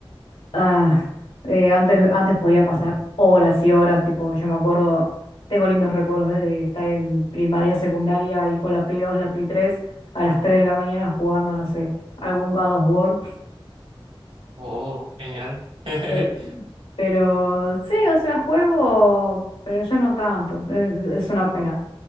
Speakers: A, on the left; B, on the right.
A: ah, eh, antes, antes podía pasar horas y horas, tipo, yo me acuerdo, tengo lindos recuerdos de, de estar en primaria, secundaria y con la Play dos la Play tres a las 3 de la mañana jugando, no sé, algún God of War.
B: Oh, genial. <laughs>
A: <laughs> Pero sí, o sea, juego, pero ya no tanto. Es, es una pena.